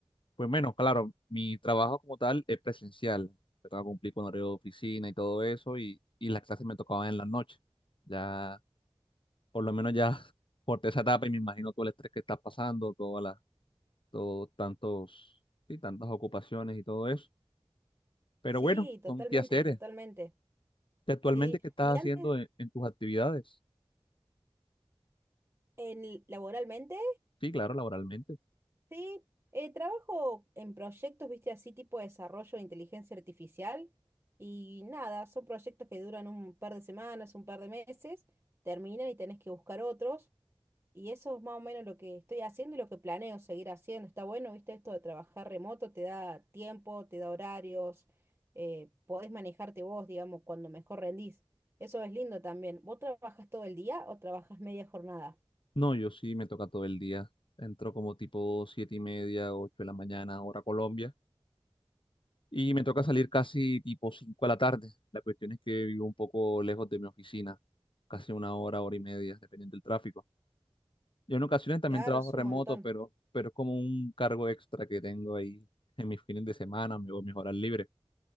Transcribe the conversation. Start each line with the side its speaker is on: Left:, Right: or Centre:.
Left: Pues menos, claro, mi trabajo como tal es presencial. Yo tengo que cumplir con horario de oficina y todo eso, y, y las clases me tocaban en la noche. Ya, por lo menos ya <laughs> corté esa etapa y me imagino todo el estrés que estás pasando, todas las, todos tantos, sí, tantas ocupaciones y todo eso. Pero
Right: Sí,
Left: bueno,
Right: totalmente,
Left: son quehaceres.
Right: totalmente.
Left: ¿Y actualmente
Right: Sí,
Left: qué estás
Right: y antes,
Left: haciendo en, en tus actividades?
Right: en, laboralmente,
Left: Sí, claro, laboralmente.
Right: sí, eh, trabajo en proyectos, viste, así tipo de desarrollo de inteligencia artificial y nada, son proyectos que duran un par de semanas, un par de meses, terminan y tenés que buscar otros. Y eso es más o menos lo que estoy haciendo y lo que planeo seguir haciendo. Está bueno, viste, esto de trabajar remoto, te da tiempo, te da horarios, eh, podés manejarte vos, digamos, cuando mejor rendís. Eso es lindo también. ¿Vos trabajas todo el día o trabajas media jornada?
Left: No, yo sí me toca todo el día. Entro como tipo siete y media, ocho de la mañana, hora Colombia y me toca salir casi tipo 5 de la tarde. La cuestión es que vivo un poco lejos de mi oficina, casi una hora, hora y media, dependiendo del tráfico. Yo en ocasiones también
Right: Claro,
Left: trabajo
Right: es
Left: remoto,
Right: un montón.
Left: pero, pero es como un cargo extra que tengo ahí en mis fines de semana, mi- o mis horas libres.